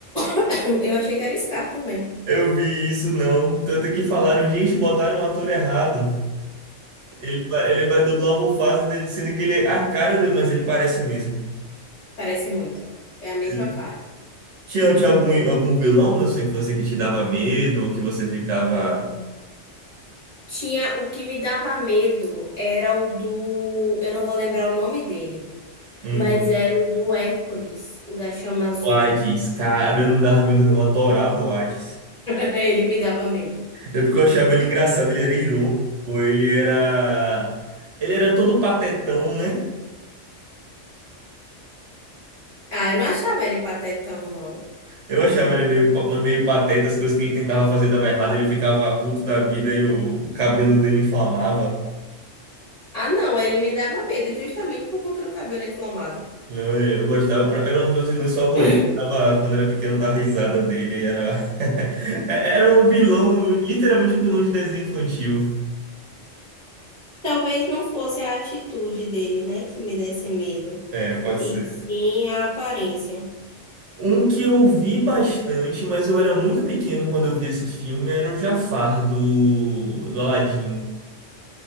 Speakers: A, on the left; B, on the right.
A: <coughs> <clears throat> Eu achei que era o Scar também.
B: Eu vi isso, não. Tanto que falaram, gente, botaram um ator errado. Ele vai, ele vai dublar o Mufasa, dele, sendo que ele é a cara dele, Mas ele parece mesmo.
A: Parece muito. É a mesma
B: Ele-
A: cara.
B: Tinha, tinha algum, algum vilão na sua infância que te dava medo, ou que você ficava...
A: Tinha o que me dava medo era o do. Eu não vou lembrar o nome dele,
B: Hum,
A: mas era o do Hércules, o da chama azul.
B: o Hades, cara, eu não dava medo não, adorava o Hades.
A: <laughs> Ele me dava medo.
B: É porque eu achava ele engraçado, ele era irônico, ele era. Ele era todo patetão, né?
A: Ah, eu não achava ele patetão, não.
B: Eu achava ele meio, pa- meio pateta, as coisas que ele tentava fazer dava errado, ele ficava puto da vida e o cabelo dele inflamava.
A: Ah, não, ele me dava medo justamente por conta do cabelo inflamado.
B: Não, eu eu gostava, pra- era um dos meus vilões favoritos.
A: <coughs>
B: Tava, quando era pequeno, eu dava risada dele. Era, <laughs> era um vilão, literalmente um vilão de desenho infantil.
A: Talvez não fosse a atitude dele, né, que me desse medo,
B: É, pode
A: e
B: ser.
A: sim a aparência.
B: Um que eu vi bastante, mas eu era muito pequeno quando eu vi esse filme, era o Jafar do, do Aladdin.